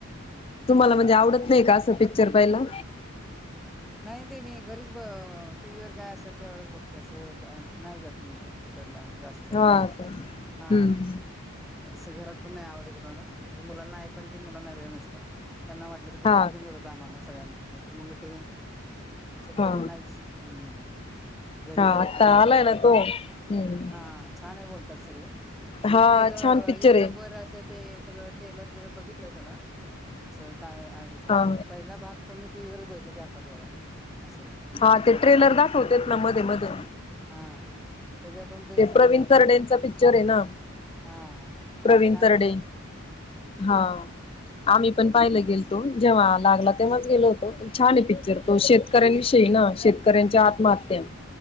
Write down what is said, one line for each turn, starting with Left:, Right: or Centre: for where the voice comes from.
Left: तुम्हाला म्हणजे आवडत का, आसं. पिक्चर पायला.
Centre: नाही ते मी घरीच, टी व्ही वर काय असेल ते वढच बघते, असं नाही जात मी. थेटरला, जास्त,,
Left: हा का हम्म
Centre: हा. सं घरात पण नाही आवडत कुणाला,, म्हणजे मुलांनाऽ पण ते मुलांना वेळ नसतो,, त्यांना वाटलं तर कधीतरी
Left: हा
Centre: घेऊन
Left: का
Centre: जातात आम्हाला सगळ्यांना, नाहीतर मग तेऽ शक्यतो
Left: हा
Centre: नाहीच,,, हम्म. घरीच
Left: हा आता
Centre: आपलं,,
Left: आलाय ना तो हम्म
Centre: हा, छान आहे बोलतात सगळे. म्हणजे
Left: हा
Centre: मी त्याच,
Left: छान पिक्चर
Centre: युट्युबर
Left: आहे
Centre: असेतऽ ते सगळं टेलर बिलर बघितलंय सगळं, असं काय
Left: हा
Centre: तेऽ पहिला भाग, तुम्ही टीव् ववरच बघितला चार पाच वेळा. असं
Left: हा, ते
Centre: त्याचा
Left: ट्रेलर दाखवतेत ना मध्ये मध्ये.
Centre: हा, त्याच्यातून ते समजली,
Left: प्रवीण तरडेंचा
Centre: कहानि,,
Left: पिक्चर आहे ना
Centre: हा
Left: प्रवीण
Centre: छान
Left: तरडे
Centre: आहे बोलऽ
Left: हा, आम्ही पण पाहिला गेल तो. जेव्हा लागला तेव्हाच गेलो होतो, पण छान आहे पिक्चर तो, शेतकऱ्यांविषयी ना, शेतकऱ्यांच्या आत्महत्या,,